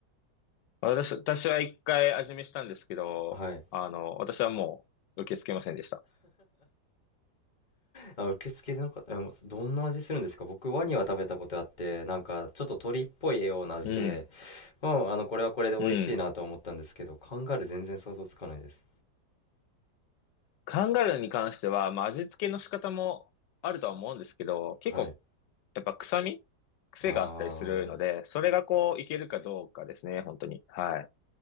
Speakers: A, on the left (about 85°); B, on the left (about 30°).
A: 私、私は一回味見したんですけど、
B: はい。
A: あの、私はもう受け付けませんでした。
B: あ、受付でなんか、え、もうどんな味するんですか僕、ワニは食べたことあって、なんか、ちょっと鳥っぽいような味で、
A: うん、
B: うん、あの、これはこれで美味しいなと思ったんですけど、
A: うん。
B: カンガルー全然想像つかないです。
A: カンガルーに関しては、まあ味付けの仕方もあるとは思うんですけど、結構
B: はい。
A: やっぱ臭み癖があったりするので、
B: あ
A: それがこう、いけるかどうかですね、本当に。はい。